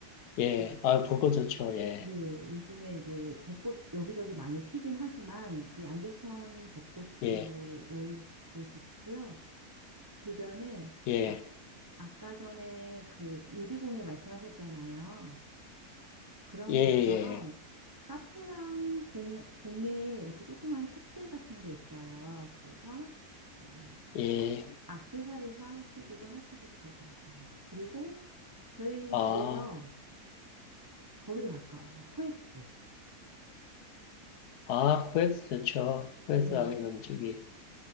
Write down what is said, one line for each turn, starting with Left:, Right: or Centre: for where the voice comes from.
Left: 예.
Right: 그런
Left: 아, 보고 좋죠. 예.
Right: 네, 요즘에 이제 벚꽃 여기저기 많이 피긴 하지만 그 양재천 벚꽃도
Left: 예.
Right: 여유롭고 좋고요. 주변에
Left: 예.
Right: 아, 아까 전에 그 유리공예 말씀하셨잖아요. 그런
Left: 예.
Right: 것처럼
Left: 예.
Right: 카페랑 공예, 공예 이렇게 조그만 샵들 같은 게 있어요. 그래서 그러니까 뭐
Left: 예,
Right: 아, 액세서리 사시기도 하시고 그러더라고요. 그리고 저희
Left: 아,
Right: 집에서 거기도 가까워요. 코엑스.
Left: 아, 코엑스 좋죠. 코엑스
Right: 네,
Left: 가면 음식이.